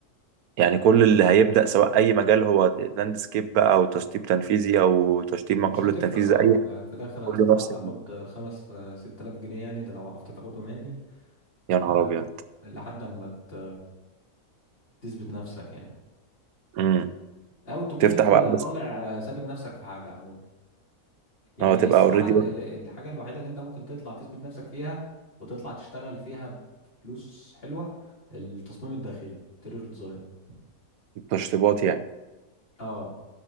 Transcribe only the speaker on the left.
مش
هتفرق
اه
يعني في الآخر
هتطلع
تاخد
خمس آه، ست آلاف جنيه يعني ده لو عرفت تاخدهم يعني
آه
لحد ما ت- تثبت نفسك يعني
أو تكون
انت
طالع آه، ثابت نفسك في حاجة عموما يعني
الصراحة
ال- ال- الحاجة الوحيدة اللي انت ممكن تطلع تثبت نفسك فيها وتطلع تشتغل فيها بفلوس حلوة التصميم الداخلي interior ديزاين
اه